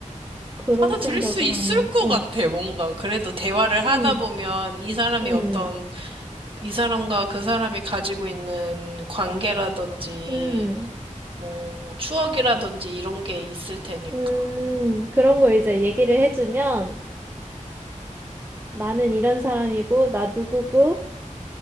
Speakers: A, on the right (about 15°); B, on the right (about 40°).
A: 그런
B: 받아들일
A: 생각을
B: 수 있을
A: 하면,
B: 것
A: 응,
B: 같아, 뭔가. 그래도 대화를
A: 응,
B: 하다 보면 이 사람이
A: 응,
B: 어떤, 이 사람과 그 사람이 가지고 있는 관계라든지,
A: 응.
B: 뭐, 추억이라든지 이런 게 있을 테니까.
A: 음, 그런 거 이제 얘기를 해주면 나는 이런 사람이고, 나 누구고,